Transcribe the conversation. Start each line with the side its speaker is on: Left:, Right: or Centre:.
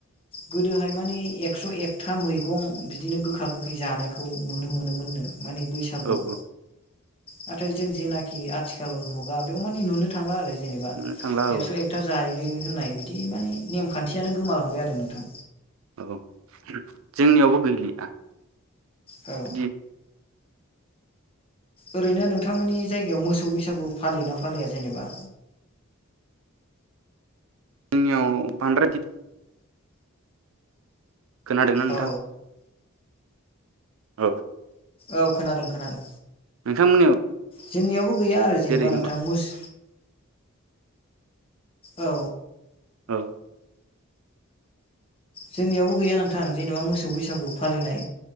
Left: गोदोहाय मानिे एकस' एकथा मैगं बिदिनो गोखा गोखै जानायखौ नुनो मोनोमोननो माने बैसागुआव
Right: औ औ
Left: नाथाय जों जेनाखि आथिखाल मुगा बेयाव माने नुनो थांला आरो जेनेबा
Right: नुनो थांला
Left: एकस'
Right: औ
Left: एकथा जायो बियो होननाय बिदि माने नेमखान्थियानो गोमालांबाय आरो नोंथां
Right: औ जोंनियावबो गैलिया
Left: औ
Right: बिदि
Left: ओरैनो नोंथांमोननि जायगायाव मोसौ बैसागु फालियोना फालिया जेनेबा?
Right: जोंनिआव बांन्द्राय इद खोनादोंना नोंथां
Left: औ
Right: औ
Left: औ खोनादों खोनादों
Right: नोंथांमोननियाव
Left: जोंनियावबो गैया आरो जेनेबा
Right: जेरै
Left: नोंथां मोस औ
Right: औ
Left: जोंनियावबो गैया नोंथां जेनेबा मोसौ बैसागु फालिनाय